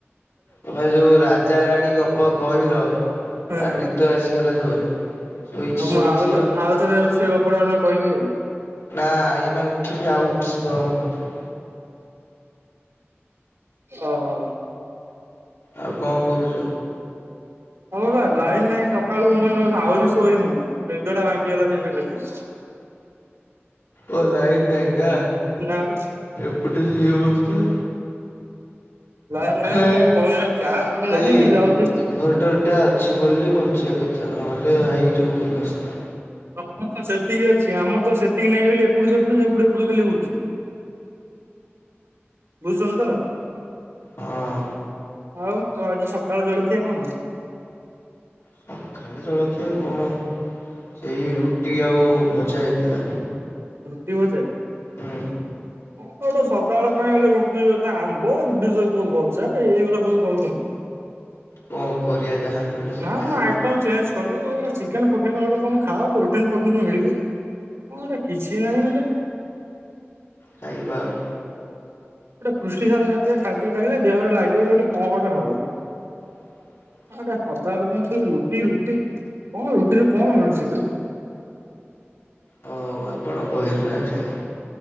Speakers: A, on the left; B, on the right.
A: ତମେ ଯୋଉ ରାଜାରାଣୀ ଗପ କହିଲ?
B: ହୁଁ
A: ଆ
B: ଆଉ,
A: ନିଦ ଆସିଗଲା ଜୋରେ। ଶୋଇଛି ଶୋଇଛି
B: ମୁଁ ଆଉ- ଆଉଥରେ ଯାଉଛି ସେଇ ଗପଟା କହିବି ଆଉ।
A: ନା ଏଇନା ଉଠିଲି ଆଉ ଶୁଆ, ଅନି ମତେ?
B: ଓହୋ।
A: ଆଉ କଣ କରୁଛ?
B: ହଁ ବା ଲାଇନ ନାହିଁ ସକାଳୁ, ମୁଁ ନହେଲେ ଆହୁରି ଶୋଇ ମୁୁ ନିଦଟା ଭଙ୍ଗିନୀ ଲା ସେଥି ଲାଗି।
A: ଓ ଲାଇନ୍ ନାଇଁ ନା
B: ନା ବା
A: ଏପଟେ ସେ ଅବସ୍ଥା
B: ଲାଇନ
A: ଖାଇ
B: ନାହିଁ ମୋ ଫୋନରେ ଚାର୍ଜ ବି
A: ଖାଲି
B: ନାହିଁ ମୁଁ ଯାଉଛି
A: ଇନଭର୍ଟର ଟା ଅଛି ବୋଲି ବଞ୍ଚିବା କଥା ନ ହେଲେ ଏଇ ଯେଉଁ ହିନସ୍ତା।
B: ତମର ତ ସେତିକି ଅଛି, ଆମର ତ ସେତିକି ନହିଁ ବୋଲି, ଏପଟୁ ସେପଟୁ ସେପଟୁ ଏପଟୁ ଖାଲି ହଉଛୁ ବୁଝୁନୁ ତ?
A: ହଁ
B: ଆଉ କ ଆଜି ସକାଳ ଜଳଖିଆ କଣ?
A: ସକାଳେ ଜଳଖିଆ କଣ ସେଇ ରୁଟି ଆଉ ଭଜା ହେଇଥିଲା।
B: ରୁଟି ଭଜା?
A: ହୁଁ।
B: କଣ ଗୋଟେ ସଧାବେଳେ ପାଇଁ ଗଲେ ରୁଟି ସହିତ ଆମ୍ବ ରୁଟି ସହିତ ଭଜା ଏଇଗୁଡା ସବୁ ଖାଉଛନ୍ତି?
A: କଣ କରିବା। ଯାହା ମିଳୁଛି
B: ନା
A: ଖାଇବାକୁ
B: ଆଇଟମ ଚେଞ୍ଜ କର ଏରା ଚିକେନ ଫୁ କେନ, ଗୋଟେ କଣ ଖାଅ ପ୍ରୋଟିନ ଫୋଟିନ ମିଳିଵ ହଁ ଗୋଟେ କିଛି ନାହିଁ ଗୋଟେ
A: ଖାଇବା ଆଉ।
B: ଗୋଟେ ପୃଷ୍ଟିସାର ଜାତୀୟ ଖାଦ୍ୟ ଖାଇଲେ, ଦେହରେ ଲାଗିବ ଏଠି କଣ ଗୋଟେ ହବ
A: <inaudible>
B: ଆଡ଼େ ସାଧାବେଳେ ରୁଟି ରୁଟି କଣ ରୁଟିରୁ କଣ ମିଳଛି ସେଥିରୁ?
A: ହଉ ଆପଣ କହିଲ ଖାଇବା।